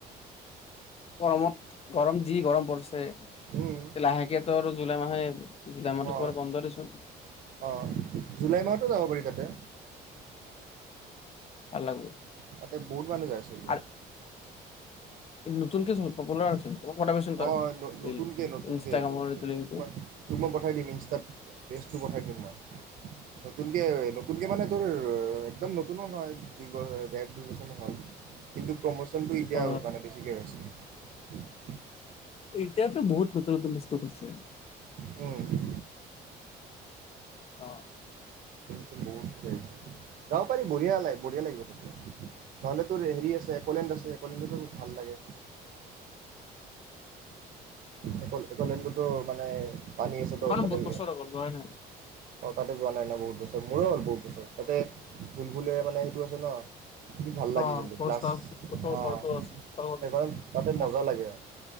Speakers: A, on the left; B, on the right.
A: গৰমত। গৰম যি গৰম পৰিছে
B: উম
A: লাহেকে তোৰ আৰু জুলাই মাহে আহিব জুলাই মাহটো
B: অ
A: চবৰে বন্ধ দেচোন।
B: অ', জুলাই মাহতো যাব পাৰি তাতে
A: ভাল লাগিব
B: তাতে বহুত মানুহ যায় চাগে
A: আৰু
B: <inaudible>
A: নতুনকে <unintelligible> পপুলাৰ হৈছে নেকি? মোক পঠাবিছোন তই
B: অঁ নতুনকৈ
A: ৰিল,
B: নতুনকৈ
A: ইনষ্টাগ্ৰামৰ
B: তোক
A: এইটো লিংকটো।
B: তোক মই তোক মই পঠাই দিম ইনষ্টাত পেজটো পঠাই দিম মই। নতুনকে আৰু নতুনকে, মানে, তোৰ ৰ, একদম নত কোনো নহয়। দুই বৰ, দেৰ, দুই বছৰমান হ'ল। কিন্তু প্ৰমোচন টো এতিয়া,
A: অ
B: মানে, বেছিকৈ হৈছে <inaudible>
A: এতিয়াতো বহুত নতুন নতুন বস্তু কৰিছে
B: উম।
A: অ'
B: বুত যাইচু যাব পাৰি বঢ়িয়া লাগে বঢ়িয়া লাগিব তাতে নহ'লেত হেৰি আছে একলেণ্ড আছে একলেণ্ডতো ভাল লাগে অকলে, <inaudible> তটো মানে পানী আছে ত
A: মানে
B: ততে
A: বহুত বছৰ হৈ গ'ল যোৱাই নাই
B: অ' তাতে যোৱা নাই ন বহুত বছৰ মোৰো হ'ল বহুত বছৰ তাতে ভুল ভুলয়া মানে সেইটো আছে ন! ভাল লাগে
A: অ
B: কিন্তু
A: কলেজ
B: গ্লাছ
A: ক্লাছ তোৰ
B: আহ
A: ঘৰতো আছিল তই গলি
B: সেইকাৰণে তাতে
A: না?
B: মজা লাগে